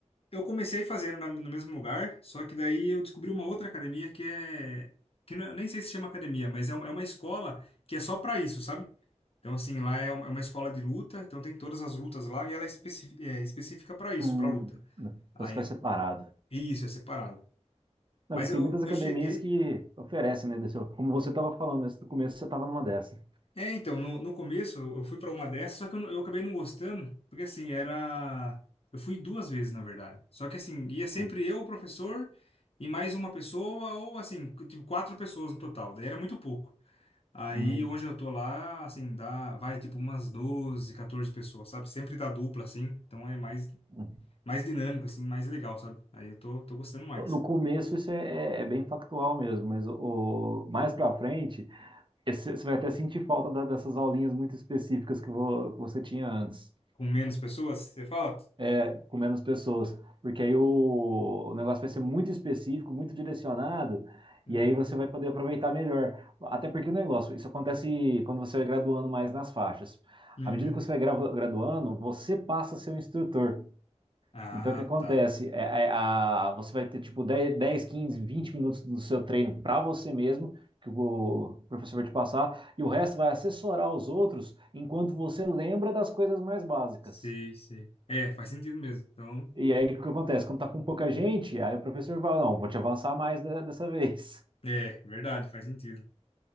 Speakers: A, on the left; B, on the right.
A: Eu comecei fazendo na- no mesmo lugar, só que daí eu descobri uma outra academia que é. que não- eu nem sei se chama academia, mas é uma, é uma escola que é só pra isso, sabe? Então, assim, lá é uma, é uma escola de luta, então tem todas as lutas lá e ela é, especi- é específica pra isso,
B: Hum.
A: pra luta.
B: Então
A: Aí,
B: você faz separado.
A: isso, é separado.
B: Não,
A: Mas
B: porque
A: eu,
B: tem muitas
A: eu
B: academias
A: cheguei.
B: que oferecem, né? Desse, como você estava falando, nesse, no começo você estava numa dessa.
A: É, então, no, no começo eu fui pra uma dessas, só que eu, não- eu acabei não gostando, porque assim, era. Eu fui duas vezes, na verdade. Só que assim, ia sempre
B: Hum,
A: eu, o professor, e mais uma pessoa, ou assim, c- tipo, quatro pessoas no total, daí era muito pouco. Aí
B: hum.
A: onde eu tô lá, assim, dá, vai tipo umas 12 14 pessoas, sabe? Sempre dá dupla, assim, então é mais,
B: hum.
A: mais dinâmico, assim, mais legal, sabe? Aí eu tô, tô gostando mais.
B: No começo isso é, é- é bem factual mesmo, mas o, o- mais para frente esse- você vai até sentir falta da- dessas aulinhas muito específicas que vo- que você tinha antes.
A: Com menos pessoas, você fala?
B: é, com menos pessoas, porque aí o, o negócio vai ser muito específico, muito direcionado,
A: Uhum.
B: e aí você vai poder aproveitar melhor. Até porque o negócio, isso acontece quando você vai graduando mais nas faixas.
A: Uhum.
B: À medida que você vai grava- graduando, você passa a ser um instrutor.
A: Ah,
B: Então, o que acontece?
A: tá.
B: É, é, a, você vai ter tipo 10, 10, 15, 20 minutos do seu treino para você mesmo, que o professor vai te passar, e o resto vai assessorar os outros enquanto você lembra das coisas mais básicas.
A: Sei, sei. É, faz sentido mesmo. Então,
B: E aí, o que acontece? Quando tá com pouca gente, aí o professor fala, não, vou te avançar mais de- dessa <laughs> vez.
A: é, verdade, faz sentido.